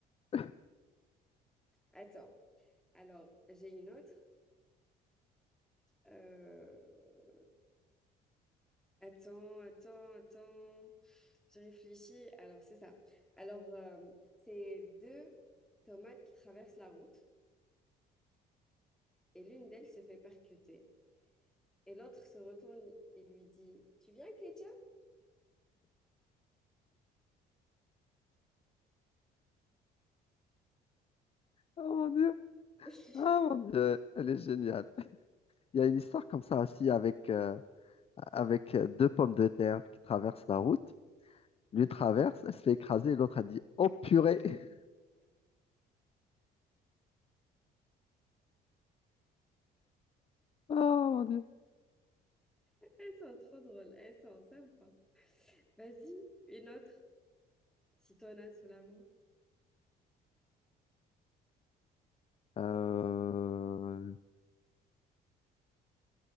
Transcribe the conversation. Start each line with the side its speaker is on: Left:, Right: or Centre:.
Left: <laughs>
Centre: Attends. Alors, j'ai une autre. Euh, Attends, attends, attends. Je réfléchis. Alors, c'est ça. Alors, euh, c'est deux tomates qui traversent la route et l'une d'elles se fait percuter et l'autre se retourne et lui dit, Tu viens, ketchup?
Left: Oh mon Dieu,
Centre: <laughs>
Left: ah mon Dieu, elle est géniale. Il y a une histoire comme ça aussi avec, euh, avec euh, deux pommes de terre qui traversent la route. L'une traverse, elle se fait écraser, l'autre elle dit Oh purée! <laughs> Oh mon Dieu!
Centre: Elles sont trop drôles. Elles sont sympas. Vas-y, une autre, si t'en as sous la main.
Left: Euh,